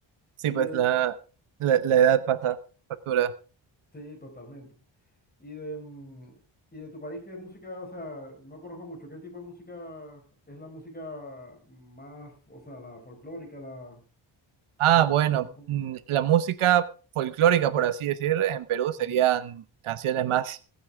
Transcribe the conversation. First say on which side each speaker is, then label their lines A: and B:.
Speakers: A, on the right; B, on the left.
A: Sí,
B: y
A: pues
B: de,
A: la, la, la edad pasa factura.
B: sí, totalmente. Y de, mm, y de tu país, ¿qué música, o sea, no conozco mucho, ¿qué tipo de música es la música más, o sea, la folclórica, la,
A: Ah,
B: la más,
A: bueno,
B: la más, con-
A: mm, la música folclórica, por así decir, en Perú
B: Ujú,
A: serían canciones más